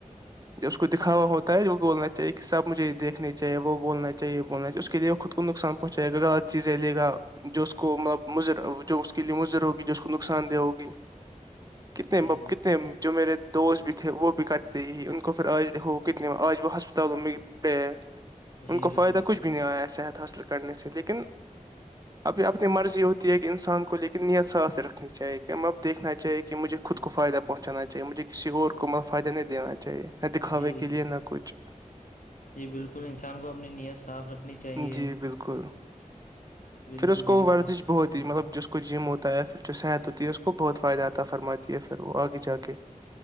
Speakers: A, on the right; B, on the left.
A: جو اس کو دکھاوا ہوتا ہے وہ بولنا چاہیے کہ سب مجھے یہ دیکھنا چاہے وہ بولنا چاہیے وہ بولنا چاہیے اس کے لیے خود کو نقصان پہنچائے گاغلط چیز ہے لےا جو اس کو مطلب مضر جو اس کے لیے مضر ہوگی جو اس کو نقصان دہ ہوگی کنے
B: جی
A: کتنے جو میرے دوست بھی تھے وہ بھی کرتے ہی ان کو پھر آج دیکھو کتنے آج وہ ہسپتالوں میں پڑے
B: جی
A: ان کو فائدہ
B: جی
A: کچھ بھی نہیں آیا صحت حاصل کرنے سے لیکن اب اپنی مرضی ہوتی کہ انسان کو لیکن نیت ساھ سے رکھنی چاہے کہ اب دیکھنا چاہے کہ مجھے خود کو فائدہ پہنچانا چاہیے مجھے کسی اور کو مطل فائدہ نہیں دینا چاہیے دکھاوے
B: جی
A: کے لیے نہ کچھ
B: جی بالکل انسان کو اپنی نیت صاف رکھنی چاہیے
A: جی بالکل
B: بالکل
A: پھر اس کو
B: درست
A: ورزش
B: فرمایا
A: بہت
B: آپ
A: ہی
B: نے
A: مطلب جس کو اس کو جم ہوتا ہے پھر جو صحت ہوتی ہے اس کو بہت فائدہ آتا ہے فرماتی ہے پھر وہ آگے جا کے